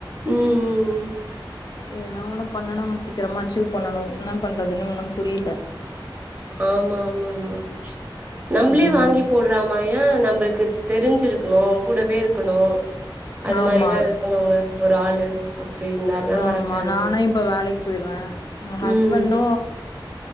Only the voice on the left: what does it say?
எதுனா ஒண்ணு பண்ணனுங்க சீக்கிரமா அச்சீவ் பண்ணனு என்ன பண்றதுன்னு ஒண்ணும் புரியல.
ம்
ஆமா
ஆமா
நானு இப்ப வேலைக்கு போயிட்றே எங்க ஹஸ்பண்டு